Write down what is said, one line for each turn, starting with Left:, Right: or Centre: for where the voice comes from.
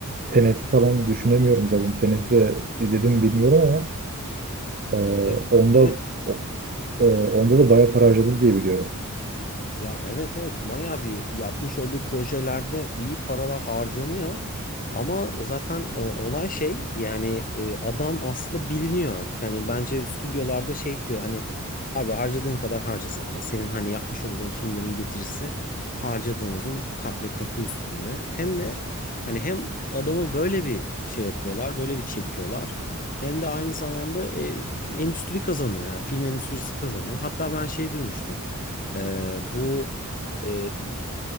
Right: Tenet'i falan düşünemiyorum zaten. Tenet'i de izledim mi bilmiyorum ama e,
Left: E,
Right: onda
Left: Evet
Right: ee, onda da bayağı para harcadı diye biliyorum.
Left: Ya evet evet bayağı bir yapmış olduğu projelerde iyi paralar harcanıyor. Ama zaten o, olay şey yani e, adam aslında biliniyor artık. Hani bence stüdyolarda şey diyor hani abi harcadığın kadar harca zaten. Senin hani yapmış olduğun filmlerin getirisi harcadığımızın kat ve katı üstünde. Hem de hani hem adamı böyle bir şey yapıyorlar böyle bir çekiyorlar. Hem de aynı zamanda e, endüstri kazanıyor. Yani film endüstrisi kazanıyor. Hatta ben şey duymuştum. Ee, bu e,